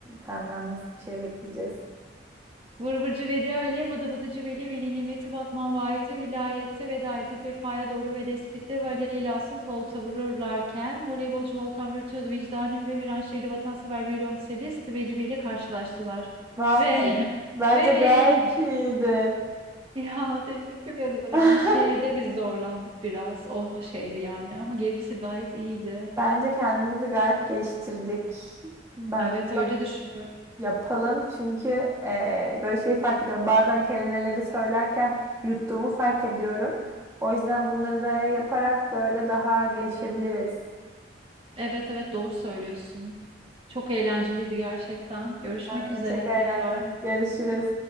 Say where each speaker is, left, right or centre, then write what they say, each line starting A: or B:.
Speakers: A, on the right; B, on the right.
A: Senden nasıl bir şey bekleyeceğiz?
B: Vır vırcı Vedi Ali, vıdı vıdıcı Veli, Veli Nimeti Batman Vahit'e vilayette veda edip vefaya doğru ve lespitle ve leylasız volta vururlarken voleybolcu Volkan Virtüöz vicdani ve Viranşehirli vatansever violonselist Vecibi ile karşılaştılar.
A: Vay,
B: Ve <laughs>
A: Bence
B: ve
A: gayet
B: iyiymiş.
A: iyiydi.
B: Ya teşekkür ederim.
A: <laughs>
B: Şeyde biz zorlandık biraz. O şeydi yani ama gerisi gayet iyiydi.
A: Bence kendimizi gayet geliştirdik. Ben
B: Evet
A: bu
B: öyle düşünüyorum.
A: Yapalım çünkü e, böyle şeyi fark ediyorum. Bazen kelimeleri söylerken yuttuğumu fark ediyorum. O yüzden bunları da yaparak böyle daha gelişebiliriz.
B: Evet evet doğru söylüyorsun. Çok eğlenceliydi gerçekten. Görüşmek
A: Ben
B: üzere
A: de Çok eğlendim.
B: tekrar.
A: Görüşürüz.